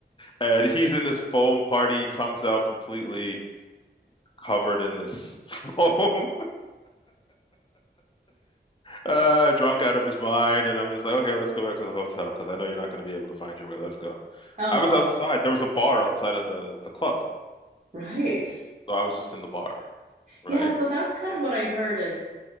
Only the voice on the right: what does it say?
Oh,
right.
Yeah, so that's kind of what I heard is